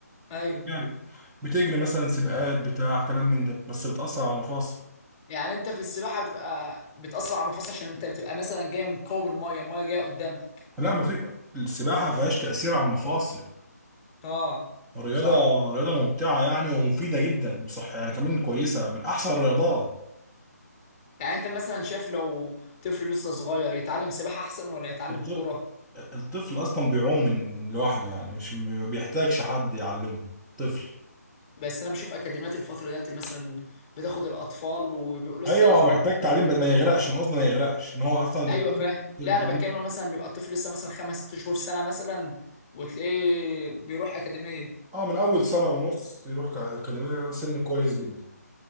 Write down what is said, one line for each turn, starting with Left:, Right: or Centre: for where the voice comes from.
Left: ايوه
Centre: جري بتجري مثلا سباقات بتاع كلام من ده بس بتاثر على المفاصل
Left: يعني انت في السباحه بتبقى بتاثر على المفاصل عشان انت بتبقى مثلا جاي مقاوم الميه الميه جايه قدامك
Centre: لا ما في السباحة ما فيهاش تأثير على المفاصل
Left: اه
Centre: رياضة
Left: صح
Centre: رياضة ممتعة يعني ومفيدة جدا وصح يعني كمان كويسة من أحسن الرياضات
Left: يعني انت مثلا شايف لو طفل لسه صغير يتعلم سباحه احسن ولا يتعلم
Centre: الط-
Left: كوره
Centre: الطفل أصلا بيعوم من لوحده يعني مش ما بيحتاجش حد يعلمه طفل
Left: بس انا بشوف اكاديميات الفتره دلوقتي مثلا بتاخد الاطفال وبيبقوا لسه
Centre: أيوة هو
Left: صغيرين
Centre: محتاج تعليم
Left: مثلا
Centre: بس ما يغرقش أنا قصدي ما يغرقش إن هو أصلا أنت
Left: ايوه فاهم
Centre: بترمي
Left: لا انا بتكلم لو مثلا بيبقى الطفل لسه مثلا خمس ست شهور سنه مثلا وتلاقيه بيروح اكاديميه
Centre: أه من أول سنة ونص يروح ك- أكاديمية سن كويس جدا